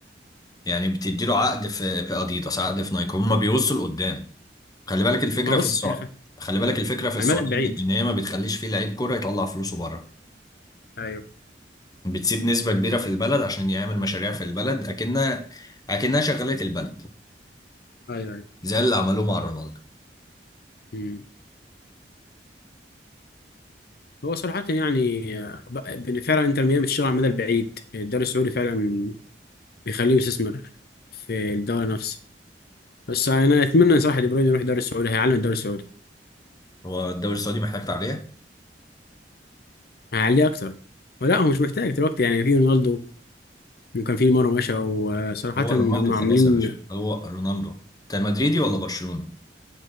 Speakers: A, on the left; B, on the left.
A: يعني بتديله عقد في في اديداس عقد في نايك هما بيوصوا لقدام خلي بالك الفكره
B: ما بص
A: في السعر
B: يا اخي
A: خلي بالك الفكره في السعوديه
B: على المدى البعيد
A: ان إن هي ما بتخليش فيه لعيب كوره يطلع فلوسه بره
B: ايوه
A: بتسيب نسبه كبيره في البلد عشان يعمل مشاريع في البلد اكنها اكنها شغاله البلد
B: ايوه ايوه
A: زي اللي عملوه مع رونالدو
B: مم. هو صراحه يعني آه، ب- بن- فعلا انتر ميامي بتشتغل على المدى البعيد الدوري السعودي فعلا بيخليه يستثمر في الدوري نفسه بس انا اتمنى صراحه دي بروين يروح الدوري السعودي هيعلم الدوري السعودي
A: هو الدوري السعودي محتاج تعليق
B: هيعليه اكتر ولا هو مش محتاج دلوقتي يعني في رونالدو وكان في مره مشى وصراحه
A: هو رونالدو
B: هم
A: خلاص
B: عاملين
A: يا باشا هو رونالدو انت مدريدي ولا برشلوني